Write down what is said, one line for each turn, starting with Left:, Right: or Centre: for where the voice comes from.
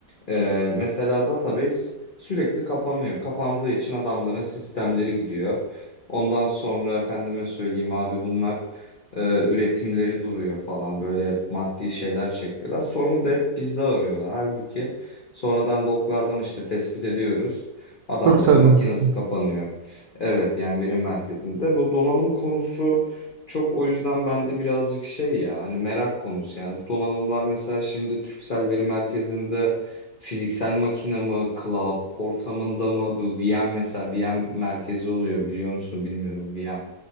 Left: Ee, mesela database sürekli kapanıyor. Kapandığı için adamların sistemleri gidiyor. Ondan sonra efendime söyleyeyim abi bunlar e, üretimleri duruyor falan. Böyle maddi şeyler çekiyorlar. Sorunu da hep bizde arıyorlar. Halbuki sonradan loglardan işte tespit ediyoruz. Adamların
Right: Turkcell'de
Left: makinesi
Right: mi sıkıntı?
Left: kapanıyor. Evet yani veri merkezinde. Bu donanım konusu çok o yüzden bende birazcık şey ya hani merak konusu yani. Bu donanımlar mesela şimdi Türksel Veri Merkezi'nde fiziksel makine mi, cloud ortamında mı bu VM mesela VM merkezi oluyor biliyor musun bilmiyorum VM